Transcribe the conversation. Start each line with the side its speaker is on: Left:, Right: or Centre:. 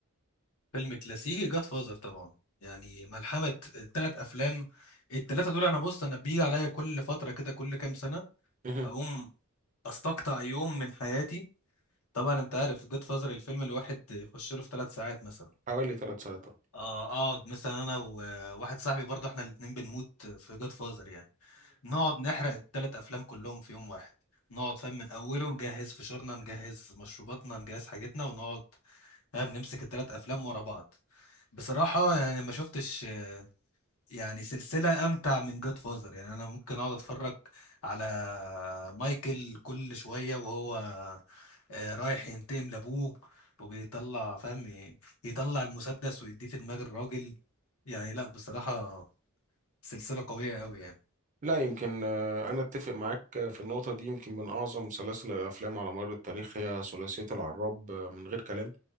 Left: فيلم كلاسيكي جاد فازر طبعا يعني ملحمة التلات أفلام التلاتة دول أنا بص أنا بيجي عليا كل فترة كده كل كام سنة
Right: مهم.
Left: أقوم استقطع يوم من حياتي طبعا انت عارف جود فازر الفيلم الواحد يخش له في ثلاث ساعات مثلا
Right: حوالي ثلاث ساعات
Left: اه اقعد مثلا انا وواحد صاحبي برضه احنا الاتنين بنموت في جود فازر يعني نقعد نحرق الثلاث افلام كلهم في يوم واحد نقعد فاهم من اوله نجهز فشارنا نجهز مشروباتنا نجهز حاجتنا ونقعد فاهم نمسك الثلاث افلام ورا بعض بصراحة يعني ما شفتش يعني سلسلة أمتع من جاد فازر يعني أنا ممكن أقعد أتفرج على مايكل كل شوية وهو آه، رايح ينتقم لابوه وبيطلع فاهم ي- يطلع المسدس ويديه في دماغ الراجل يعني لا بصراحة سلسلة قوية قوي يعني
Right: لا يمكن آه، أنا أتفق معاك في النقطة دي يمكن من أعظم سلاسل الأفلام على مر التاريخ هي ثلاثية العراب آه، من غير كلام